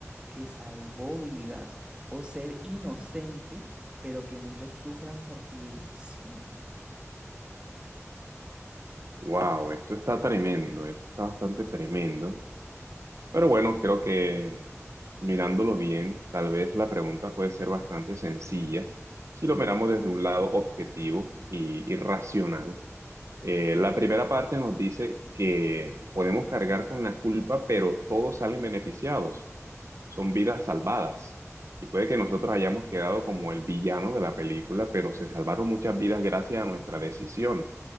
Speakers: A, on the right (about 20°); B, on the right (about 65°).
A: que salvó vidas o ser inocente, pero que muchos sufran por tu decisión.
B: Wow, esto está tremendo, esto está bastante tremendo. Pero bueno, creo que mirándolo bien, tal vez la pregunta puede ser bastante sencilla si lo miramos desde un lado objetivo y, irracional Eh, la primera parte nos dice que podemos cargar con la culpa, pero todos salen beneficiados. Son vidas salvadas. Y puede que nosotros hayamos quedado como el villano de la película, pero se salvaron muchas vidas gracias a nuestra decisión.